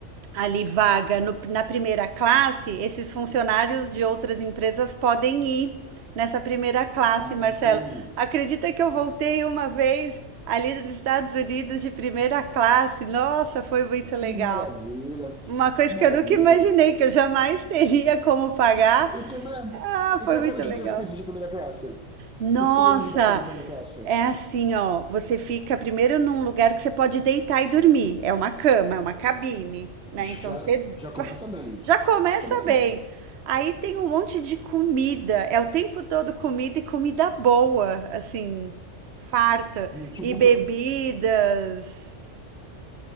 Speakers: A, on the right; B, in the centre.
A: ali vaga no- na primeira classe, esses funcionários de outras empresas podem ir nessa primeira classe,
B: Ah,
A: Marcelo.
B: bacana.
A: Acredita que eu voltei uma vez ali dos Estados Unidos de primeira classe? Nossa, foi muito
B: Que
A: legal.
B: maravilha.
A: Uma coisa
B: Que maravilha.
A: que eu nunca imaginei, que eu jamais teria como pagar.
B: E como é?
A: Ah,
B: E
A: foi
B: qual
A: muito
B: foram os
A: legal.
B: benefícios de primeira classe? O
A: Nossa,
B: que que você ganhou de bacana na primeira classe?
A: é assim, ó. Você fica primeiro num lugar que você pode deitar e dormir. É uma cama, é uma cabine, né?
B: Já,
A: Então você
B: já começa bem.
A: já começa
B: Já começa
A: bem.
B: bem.
A: Aí tem um monte de comida. É o tempo todo comida e comida boa, assim, farta.
B: Hum, Tipo
A: E bebidas,
B: o quê?